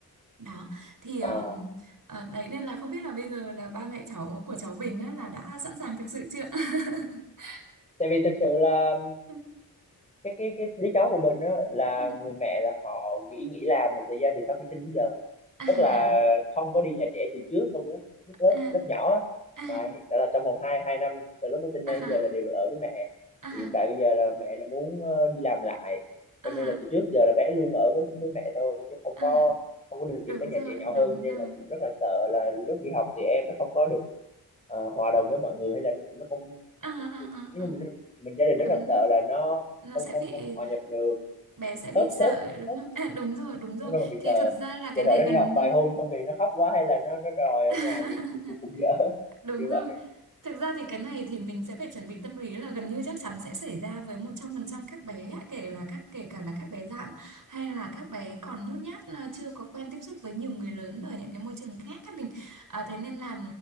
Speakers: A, on the right; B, on the left.
A: Đó. Thì
B: à,
A: ờm, ờ, đấy nên là không biết là bây giờ là ba mẹ cháu của cháu Bình á là đã sẵn sàng thực sự chưa? <laughs>
B: tại vì thực sự là
A: Ừ,
B: cái cái cái đứa cháu của mình á là
A: ừ.
B: người mẹ là họ nghỉ nghỉ làm một thời gian từ sau khi sinh đến giờ
A: À
B: tức là không có đi nhà trẻ từ trước không có trước
A: à
B: lớp lớp nhỏ á.
A: à
B: mà hiện tại là trong vòng hai hai năm từ lúc nó sinh
A: à
B: ra đến giờ là đều ở với mẹ
A: à
B: thì hiện tại bây giờ là mẹ là muốn ờ, đi làm lại
A: à
B: cho nên là từ trước giờ là bé luôn ở với với mẹ thôi chứ không
A: à
B: có không có được
A: đúng
B: đi các nhà
A: rồi,
B: trẻ nhỏ
A: đúng
B: hơn cho nên
A: rồi.
B: là cũng rất là sợ là lúc đi học thì em nó không có được ờ, hòa đồng với mọi người hay là nó cũng nó không
A: À à à
B: nhưng
A: à
B: mà mình, mình gia đình
A: đúng
B: rất là sợ
A: rồi.
B: là nó
A: Nó
B: không
A: sẽ
B: không
A: bị
B: không hòa nhập được
A: bé sẽ bị
B: khớp
A: sợ
B: khớp khớp
A: đúng không? À đúng rồi, đúng rồi.
B: đúng rồi bị
A: Thì
B: sợ
A: thực ra là
B: sợ
A: cái này
B: sợ nó
A: gần
B: đi học
A: như
B: vài hôm xong về nó khóc quá hay là nó nó đòi ở
A: <laughs>
B: nhà thì cũng cũng, cũng dở <laughs>
A: Đúng
B: như
A: rồi.
B: vậy
A: Thực ra thì cái này thì mình sẽ phải chuẩn bị tâm lý là gần như chắc chắn sẽ xảy ra với 100% các bé ạ, kể là các kể cả là các bé dạn hay là các bé còn nhút nhát à, chưa có quen tiếp xúc với nhiều người lớn ở những cái môi trường khác các mình. À, thế nên là